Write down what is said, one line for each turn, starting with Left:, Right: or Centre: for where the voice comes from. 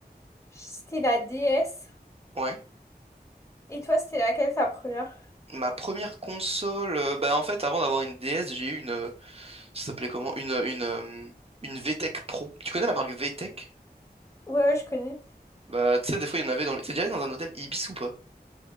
Left: c'était la DS.
Right: Ouais.
Left: Et toi, c'était laquelle, ta première?
Right: Ma première console, euh, bah en fait, avant d'avoir une DS, j'ai eu une, euh, Ça s'appelait comment? Une, euh, une, euh, une VTech Pro. Tu connais la marque VTech?
Left: Ouais, ouais, je connais.
Right: Bah, tu sais, des fois, il y en avait dans les... T'es déjà allé dans un hôtel Ibis ou pas?